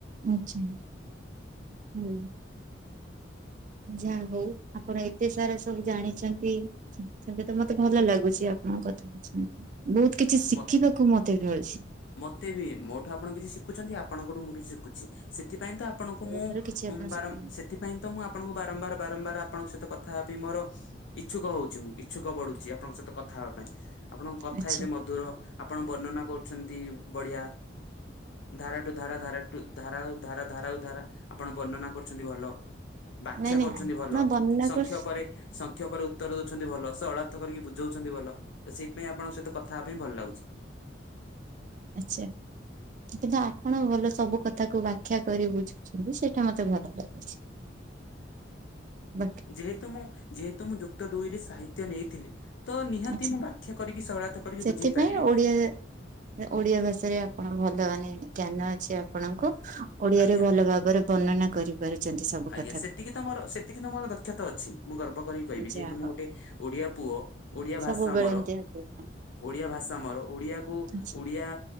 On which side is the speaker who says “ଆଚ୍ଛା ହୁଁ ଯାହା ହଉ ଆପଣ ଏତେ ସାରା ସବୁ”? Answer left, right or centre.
Right